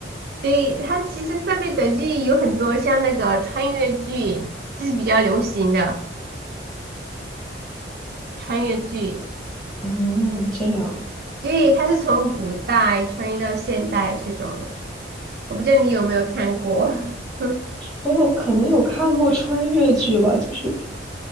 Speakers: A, on the right; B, in the centre.
A: 对，它其实上面短剧有很多，像那个穿越剧，就是比较流行的穿越剧。
B: 嗯，这样。
A: 对，它是从古代穿越到现代这种的，我不知道你有没有看过。<laughs>
B: 我有可能有看过穿越剧吧，就是